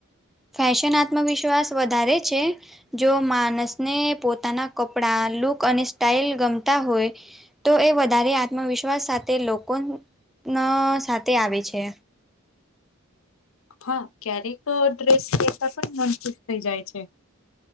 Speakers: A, in the centre; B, on the left.
A: ફેશન આત્મવિશ્વાસ વધારે છે જો માણસને પોતાના કપડા લુક અને સ્ટાઈલ ગમતા હોય તો એ વધારે આત્મવિશ્વાસ સાથે લોકો નો સાથે આવે છે
B: હા ક્યારેક ડ્રેસ લહેતા પણ નનુશ થઈ જાય છે